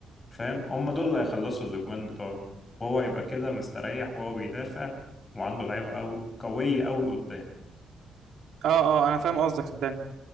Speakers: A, on the left; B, on the right.
A: فاهم هم دول اللي هيخلصوا الأجوان بتوعه وهو يبقى كده مستريح وهو بيدافع وعنده لعيبة قوي قوية قوي قدام
B: اه اه انا فاهم قصدك صدقني